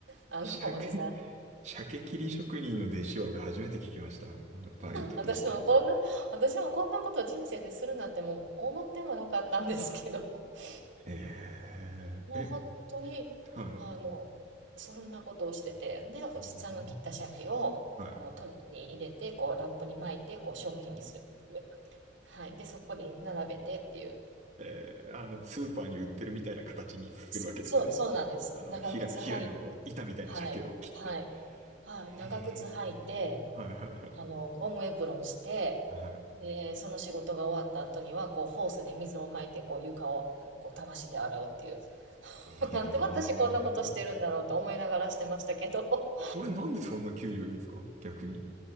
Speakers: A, on the right; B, on the right.
A: あの、
B: 社会
A: おじさん、
B: 鮭切り職人の弟子は俺初めて聞きました。バイトとして。
A: 私もこんな、私もこんなこと人生でするなんてもう思ってもなかったんですけど、<laughs>
B: えー、
A: もう本当に、
B: え、はい。
A: あの、そんなことをしてて、で、おじさんが切った鮭を、
B: うーんは
A: こう、トレーに入れて、こう、ラップに巻いて、こう、商品にするっていう。はい。で、そこに並べてっていう。
B: い。えー、あの、スーパーに売ってるみたいな形にするわけですよね。
A: そう、そうなんです。
B: あの、
A: 長靴履い、
B: ひら、ひらの板みたいな鮭を切って。
A: はい、はい、はい。
B: へえ、
A: 長靴履いて、
B: はいはいはい。
A: あの、ゴムエプロンして、
B: は
A: で、その仕事が終わった後には、こう、ホースで水をまいて、こう、床を、こう、たわしで洗うっていう。
B: い。ええ、
A: <laughs> なんで私こんなことしてるんだろうと思いながらしてましたけど。
B: それなんでそんな給料いいんですか逆に。